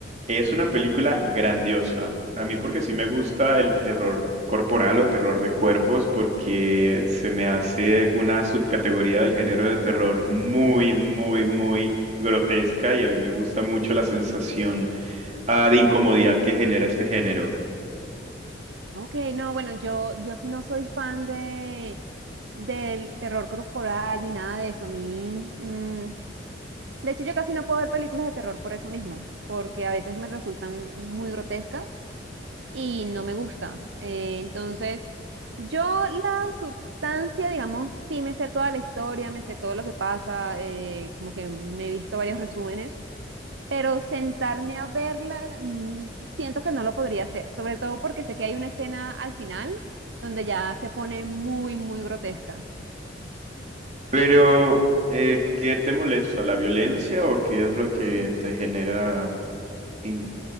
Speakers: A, on the right; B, on the right.
A: Es una película grandiosa. A mí porque sí me gusta el terror corporal o terror de cuerpos porque se me hace una subcategoría del género de terror muy, muy, muy grotesca y a mí me gusta mucho la sensación, ah, de incomodidad que genera este género.
B: Ok, no, bueno, yo, yo sí no soy fan de, del terror corporal ni nada de eso. A mí, mm, de hecho, yo casi no puedo ver películas de terror por eso mismo, porque a veces me resultan muy grotescas y no me gusta. Eh, entonces, yo la sustancia, digamos, sí me sé toda la historia, me sé todo lo que pasa, eh, como que me he visto varios resúmenes pero sentarme a verla, mm, siento que no lo podría hacer, sobre todo porque sé que hay una escena al final donde ya se pone muy, muy grotesca.
A: Pero, eh, ¿qué te molesta? ¿La violencia o qué es lo que te genera? in-